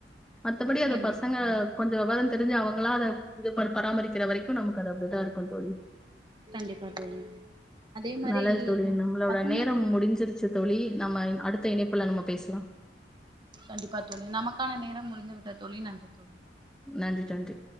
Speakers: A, in the centre; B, on the right.
A: மத்தபடி அது
B: கண்டிப்பா
A: பசங்க கொஞ் வெவரந் தெரிஞ்சு அவங்களா அத இது பண்ண பராமரிக்கிற வரைக்கு நமக்கு அது அப்டிதா இருக்கு தோழி
B: கண்டிப்பா தோழி அதே மாரி
A: நல்லது தோழி
B: நம்
A: நம்மளோட
B: பசங்கள
A: நேரம் முடிஞ்சிருச்சு தோழி நம்ம அடுத்த இணைப்புல நம்ம பேசலா
B: கண்டிப்பா தோழி நமக்கான நேரம் முடிந்து விட்டது தோழி நன்றி தோழி
A: நன்றி நன்றி